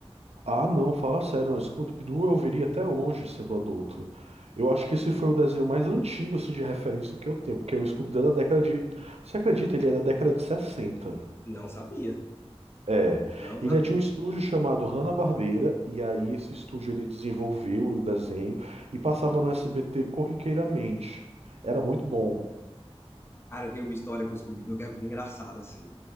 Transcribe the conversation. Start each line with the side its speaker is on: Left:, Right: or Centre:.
Right: ah, não, fala sério, não. Scooby-Doo eu veria até hoje sendo adulto. Eu acho que esse foi o desenho mais antigo assim, de referência que eu tenho, porque o Scooby-Doo é da década de. Você acredita? Ele é da década de sessenta.
Left: Não sabia,
Right: É.
Left: não
Right: Ele
Left: sabia.
Right: é de um estúdio chamado Hanna-Barbera, e aí esse estúdio ele desenvolveu o desenho e passava no SBT corriqueiramente. Era muito bom.
Left: Cara, eu tenho uma história com o Scooby-Doo que é muito engraçada, assim.